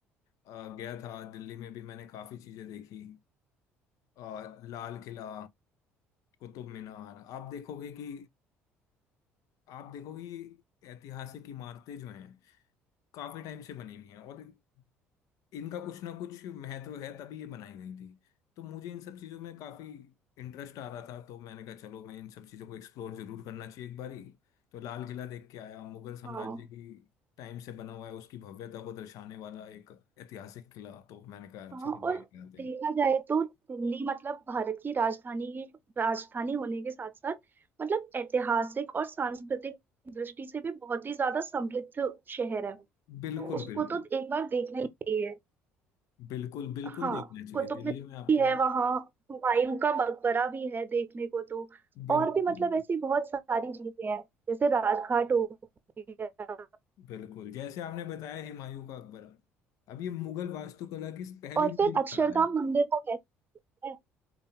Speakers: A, on the left (about 55°); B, on the right (about 30°).
A: अ, गया था दिल्ली में भी मैंने काफी चीजें देखी अ, लाल किला कुतुब मीनार आप देखोगे कि आप देखोगे कि ऐतिहासिक इमारतें जो हैं काफी टाइम से बनी हुई हैं और इनका कुछ ना कुछ महत्व है तभी ये बनाई गई थी तो मुझे इन सब चीजों में काफी इंटरेस्ट आ रहा था तो मैंने कहा चलो मैं इन सब चीजों को एक्सप्लोर जरूर करना चाहिए एक बारी तो लाल किला देख के आया मुगल साम्राज्य
B: हाँ
A: की टाइम से बना हुआ है उसकी भव्यता को दर्शाने वाला एक ऐतिहासिक किला तो मैंने कहा
B: हाँ
A: चलो
B: और
A: देख के आते हैं
B: देखा जाए तो दिल्ली मतलब भारत की राजधानी राजधानी होने के साथ साथ मतलब ऐतिहासिक और सांस्कृतिक दृष्टि से भी बहुत ही ज्यादा समृद्ध शहर है
A: बिल्कुल
B: तो उसको
A: बिल्कुल
B: तो एक बार देखना ही चाहिए
A: बिल्कुल बिल्कुल
B: हाँ
A: देखना चाहिए
B: कुतुब
A: दिल्ली
B: मीनार
A: में आपको
B: भी है वहाँ हुमायूं का मकबरा भी है देखने को तो
A: बिल्कुल
B: और भी मतलब
A: बिल्कुल
B: ऐसी बहुत सारी चीजें हैं जैसे राजघाट हो गया
A: बिल्कुल जैसे आपने बताया हुमायूं का मकबरा अब ये मुगल वास्तुकला की पहली
B: और
A: बड़ी
B: फिर
A: मिसाल
B: अक्षरधाम
A: है
B: मंदिर को कहते हैं